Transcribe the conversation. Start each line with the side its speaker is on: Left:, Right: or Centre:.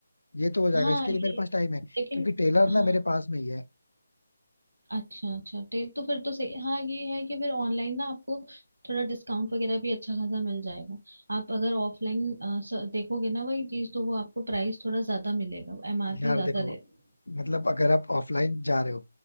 Left: ये तो हो जाएगा
Right: हाँ
Left: इसके लिए मेरे
Right: ये
Left: पास टाइम है
Right: लेकिन
Left: क्योंकि टेलर
Right: हाँ
Left: ना मेरे पास में ही है
Right: अच्छा अच्छा तेल तो फिर तो सही हाँ ये है कि फिर ऑनलाइन ना आपको थोड़ा डिस्काउंट वगैरह भी अच्छा खासा मिल जाएगा आप अगर ऑफलाइन देखोगे ना वही चीज तो वो आपको प्राइस थोड़ा ज्यादा मिलेगा एमआरपी
Left: यार
Right: ज्यादा
Left: देखो
Right: रहती
Left: मतलब अगर आप ऑफलाइन जा रहे हो